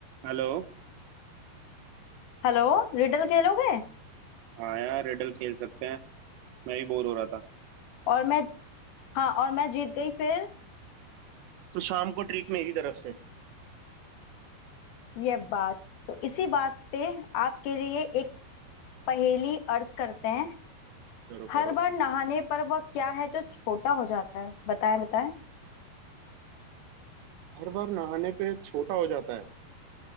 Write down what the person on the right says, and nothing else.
Hello
हाँ यार riddle खेल सकते हैं मैं भी बोर हो रहा था
तो शाम को ट्रीट मेरी तरफ से
करो
करो
हर बार नहाने पे छोटा हो जाता है